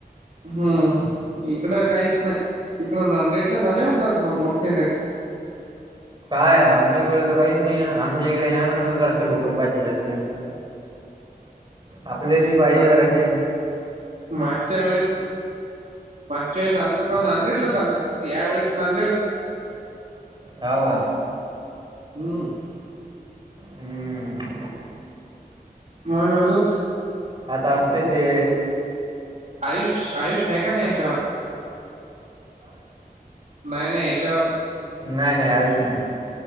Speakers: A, on the right; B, on the right.
A: हम् इकड काहीच नाही तिकडं नांदेडला झाले म्हणतात मोठे
B: काय आमच्या इकडे तर काहीच नाही आमच्या इकडे यान मना जरसें भूकंपाचे झटके, आपले बी पाहिजे
A: मा
B: जरा असे
A: मागच्या वेळेस मागच्या वेळेस आलता तेव्हा नांदेड ला आलता यावेळेस नांदेडच
B: होव वा.
A: हम्म.
B: हम्म.
A: मग अजून.
B: आता असते ते
A: आयुष, आयुष आहे का नाही याच्यावर? नाही नाही याच्यावर
B: नाही नाही आयुष नाही.